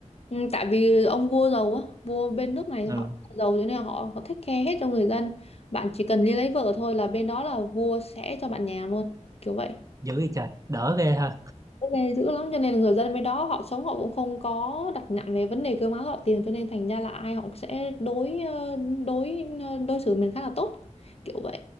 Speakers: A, on the left (about 55°); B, on the right (about 25°).
A: Ừ, tại vì ông vua giàu á vua bên nước này họ
B: ừ,
A: giàu cho nên là họ họ take care hết cho người dân bạn chỉ cần đi lấy vợ thôi là bên đó là vua sẽ cho bạn nhà luôn kiểu vậy
B: dữ vậy trời đỡ ghê ha
A: Ok dữ lắm cho nên là người dân bên đó họ sống họ cũng không có đặt nặng về vấn đề cơm áo gạo tiền cho nên thành ra là ai họ cũng sẽ đối ờ, đối ờ, đối xử mình khá là tốt kiểu vậy